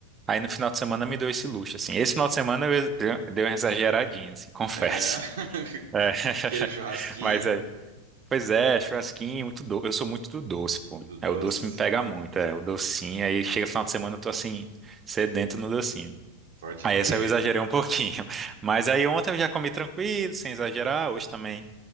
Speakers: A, on the right (about 20°); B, on the right (about 60°).
A: Aí no final de semana me deu esse luxo, assim. Esse final de semana eu ex- deu deu uma exageradinha, assim, confesso.
B: É.
A: É. <laughs>
B: <laughs> Aquele churrasquinho
A: Mas é. Pois é, churrasquinho, muito doce. Eu sou muito do doce, pô.
B: do doce.
A: É, o doce me pega muito, é. O docinho, aí chega final de semana eu tô assim, sedento no docinho.
B: Pode
A: Aí
B: crer.
A: essa eu exagerei um <laughs> pouquinho. Mas aí ontem eu já comi tranquilo, sem exagerar. Hoje também,